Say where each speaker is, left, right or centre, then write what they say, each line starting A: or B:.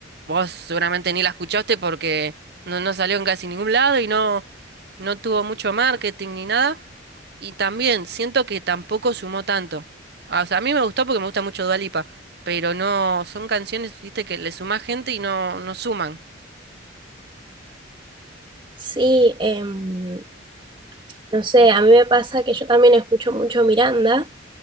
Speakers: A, on the right; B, on the right.
A: vos seguramente ni la escuchaste porque no, no salió en casi ningún lado y no, no tuvo mucho marketing ni nada. Y también siento que tampoco sumó tanto. Ah, O sea, a mí me gustó porque me gusta mucho Dua Lipa, pero no, son canciones, viste, que le suma gente y no, no suman.
B: Sí, em, no sé, a mí me pasa que yo también escucho mucho Miranda